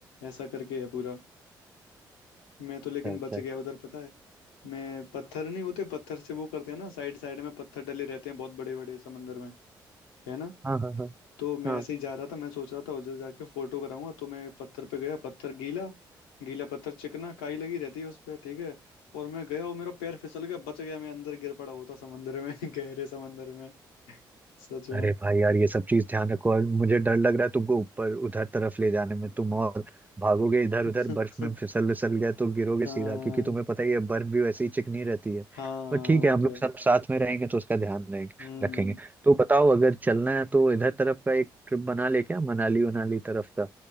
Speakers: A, on the left; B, on the right.
A: ऐसा करके है पूरा मैं तो लेकिन
B: अच्छा
A: बच
B: अच्छा
A: गया उधर पता है मैं पत्थर नहीं होते पत्थर से वो करते हैं ना साइड साइड में पत्थर डले रहते हैं बहुत बड़े बड़े समंदर में है ना
B: हाँ हाँ हाँ
A: तो मैं
B: हाँ,
A: ऐसे ही जा रहा था मैं सोच रहा था उधर जाके फोटो कराऊंगा तो मैं पत्थर पे गया पत्थर गीला गीला पत्थर चिकना काई लगी रहती है उस पर ठीक है और मैं गया और मेरा पैर फिसल गया बच गया मैं अंदर गिर पड़ा होता समंदर में <laughs> गहरे समंदर में सच में
B: अरे भाई यार ये सब चीज ध्यान रखो और मुझे डर लग रहा है तुमको ऊपर उधर तरफ ले जाने में तुम और भागोगे इधर
A: <laughs>
B: उधर बर्फ में फिसल विसल गए तो गिरोगे
A: हाँ
B: सीधा क्योंकि तुम्हें पता ही है बर्फ भी वैसे ही चिकनी रहती है
A: हाँ
B: पर ठीक
A: वो
B: है हम
A: तो
B: लोग
A: है
B: सब साथ में रहेंगे तो उसका ध्यान रहेंगे
A: हम्म
B: रखेंगे तो बताओ अगर चलना है तो इधर तरफ का एक ट्रिप बना ले क्या मनाली उनाली तरफ का